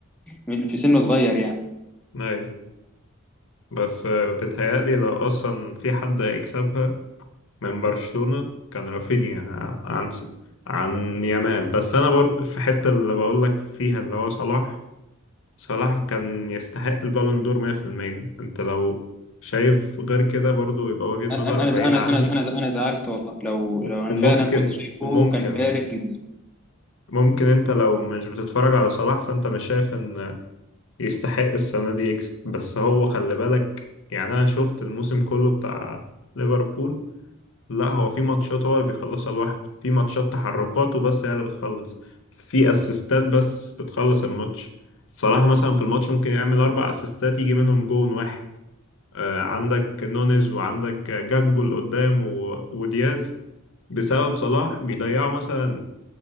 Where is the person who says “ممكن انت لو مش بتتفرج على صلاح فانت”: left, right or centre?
Left